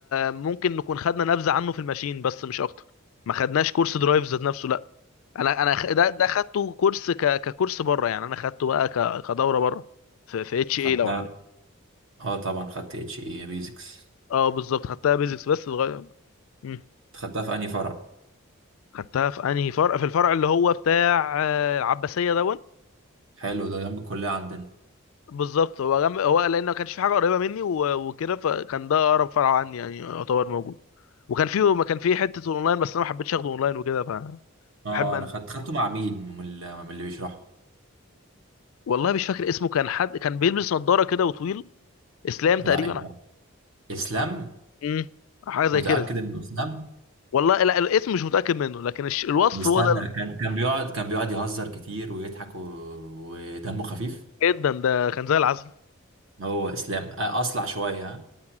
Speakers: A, on the left; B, on the right.
A: ممكن نكون خدنا نبذه عنه في الماشين بس مش اكتر ما خدناش كورس درايف ذات نفسه لا انا انا خ- ده ده خدته كورس ك... ككورس بره يعني انا خدته بقى ك... كدوره بره في في اتش
B: خدتها
A: اي لو عارف
B: اه طبعا خدت اتش اي بيزكس
A: اه بالظبط خدتها بيزكس بس صغير مم.
B: خدتها في انهي فرع
A: خدتها في انهي فرع في الفرع اللي هو بتاع آه، العباسيه دون
B: حلو ده جنب الكليه عندنا
A: بالظبط هو جنب هو لان ما كانش في حاجه قريبه مني و... وكده فكان ده اقرب فرع عني يعني يعتبر موجود وكان فيه ما كان فيه حته اونلاين بس انا ما حبيتش اخده اونلاين وكده فبحب
B: اه
A: انزل
B: انا خدت خدته مع مين من ال- من اللي بيشرحه
A: والله مش فاكر اسمه كان حد كان بيلبس نظاره كده وطويل اسلام
B: لا
A: تقريبا
B: يبقى اسلام
A: امم حاجه زي
B: متاكد
A: كده
B: انه اسلام
A: والله لا الاسم مش متاكد منه لكن الش... الوصف
B: مستنى
A: هو ده ال-
B: كان كان بيقعد كان بيقعد يهزر كتير ويضحك و... ودمه خفيف
A: جدا ده كان زي العسل
B: هو اسلام آه اصلع شويه ها